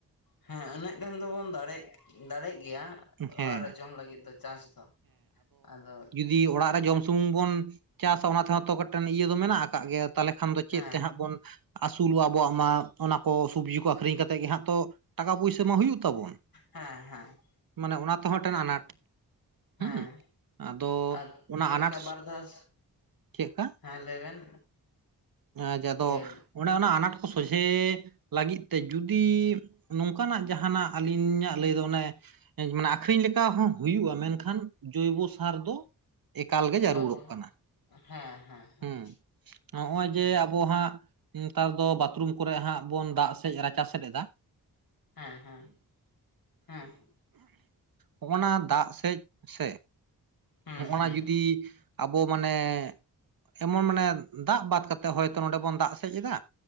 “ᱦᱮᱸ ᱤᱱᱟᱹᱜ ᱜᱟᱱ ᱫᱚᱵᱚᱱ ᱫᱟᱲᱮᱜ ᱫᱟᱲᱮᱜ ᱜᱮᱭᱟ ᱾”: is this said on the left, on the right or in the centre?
Left